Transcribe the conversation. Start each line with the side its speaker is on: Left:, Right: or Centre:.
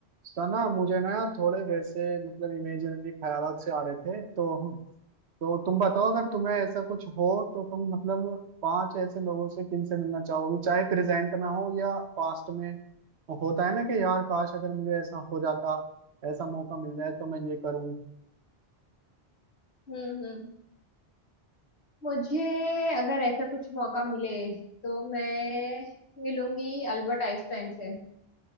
Right: सना मुझे ना यार थोड़े वैसे मतलब इमेजिनरी ख्यालात से आ रहे थे तो तो तुम बताओ अगर तुम्हें ऐसा कुछ हो तो तुम मतलब पांच ऐसे लोगों से किनसे मिलना चाहोगी चाहे प्रेजेंट में हो या पास्ट में होता है ना कि यार काश अगर मुझे ऐसा हो जाता ऐसा मौका मिल जाए तो मैं ये करूं
Left: हम्म हम्म। मुझे अगर ऐसा कुछ मौका मिले तो मैं मिलूंगी अल्बर्ट आइंस्टाइन से